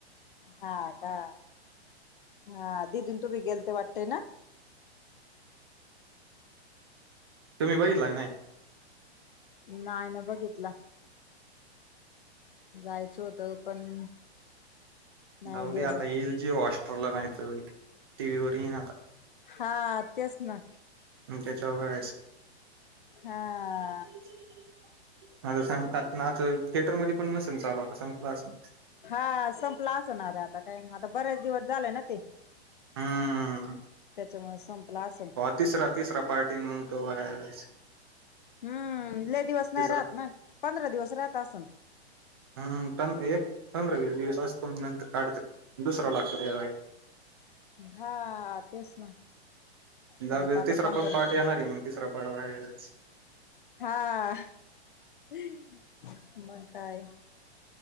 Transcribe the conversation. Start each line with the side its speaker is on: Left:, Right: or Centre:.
Left: हा का हा तिथून तुम्ही गेलते वाटते ना.
Right: तुम्ही बघितला का नाही?
Left: नाही ना बघितला. जायचं होतं पण नाही
Right: जाऊ
Left: गेलो.
Right: दे आता येईल जीवो हॉस्टारला नाहीतर टीव्ही वर येईन आता.
Left: हा तेच ना.
Right: मग त्याच्यावर बघायच.
Left: हा.
Right: <unintelligible> कुणाचं थिएटर मध्ये पण नसेल चालू आता संपल असल.
Left: हा संपला असणार आहे आता काय आता बऱ्याच दिवस झालय ना ते
Right: हा
Left: त्याच्यामुळ संपला असल
Right: तिसरा तिसरा पार्टीन मग तो बघायला जायचं
Left: हम्म लई दिवस
Right: तिसरा
Left: नाही राहत ना पंधरा दिवस राहत असल
Right: हम्म हम्म असत <inaudible> नंतर काढते दुसरा लागत
Left: हा तेच ना
Right: जाऊ
Left: परत
Right: दे
Left: आता
Right: तिसरा
Left: कोण
Right: पण
Left: तर
Right: पार्ट
Left: नाही.
Right: येणार आहे मग तिसरा पाडवा यायलाच
Left: हा मग काय